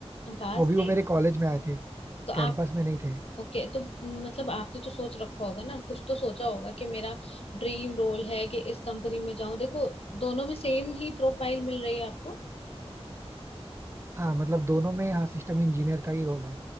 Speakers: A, on the left; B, on the right.
A: हम्म, बात
B: वो
A: सही
B: भी वो मेरे कॉलेज में आए थे
A: तो
B: कैंपस
A: आप
B: में नहीं थे
A: ओके तो मतलब आपने तो सोच रखा होगा ना कुछ तो सोचा होगा कि मेरा ड्रीम रोल है कि इस कंपनी में जाऊं देखो दोनों में सेम ही प्रोफाइल मिल रही है आपको
B: हाँ मतलब दोनों में हाँ सिस्टम इंजीनियर का ही रोल है